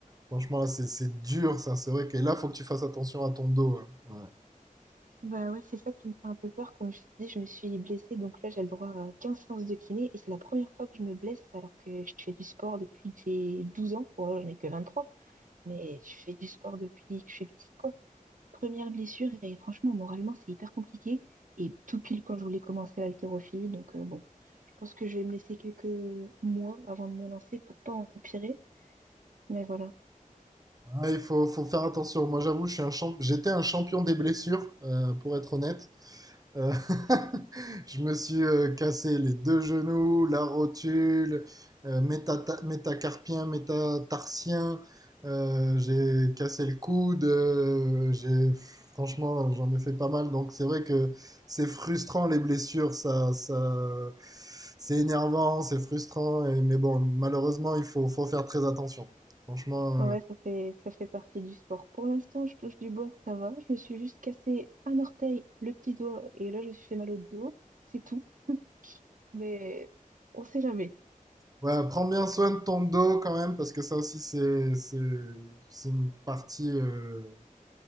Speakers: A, on the right (about 25°); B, on the right (about 65°).
A: Franchement là c'est c'est dur ça, c'est vrai que là faut que tu fasses attention à ton dos. hein. Ouais.
B: Bah ouais, c'est ça qui me fait un peu peur. Comme je te dis, je me suis blessée, donc là j'ai le droit à 15 séances de kiné et c'est la première fois que je me blesse alors que je fais du sport depuis que j'ai 12 ans. Bon, là j'en ai que 23 mais je fais du sport depuis que je suis petite, quoi. Première blessure et franchement, moralement, c'est hyper compliqué. Et tout pile quand je voulais commencer l'haltérophilie, donc euh, bon, je pense que je vais me laisser quelques mois avant de me lancer pour pas empirer. Mais voilà.
A: Ouais, il faut, faut faire attention, moi j'avoue je suis un champ... j'étais un champion des blessures euh, pour être honnête. Euh, <laughs> je me suis euh, cassé les deux genoux, la rotule, euh, métata- métacarpien, métatarsien. euh, j'ai cassé le coude. euh, j'ai franchement, j'en ai fait pas mal. Donc c'est vrai que c'est frustrant les blessures. Ça, ça, c'est énervant, c'est frustrant. et- mais bon, malheureusement, il faut, faut faire très attention. Franchement.
B: Ouais,
A: euh,
B: ça fait, ça fait partie du sport. Pour l'instant, je touche du bois, ça va. Je me suis juste cassé un orteil, le petit doigt, et là, je me suis fait mal au dos. C'est tout. Mais on sait jamais,
A: Ouais, prends bien soin de ton dos quand même, parce que ça aussi, c'est c'est- c'est une partie euh,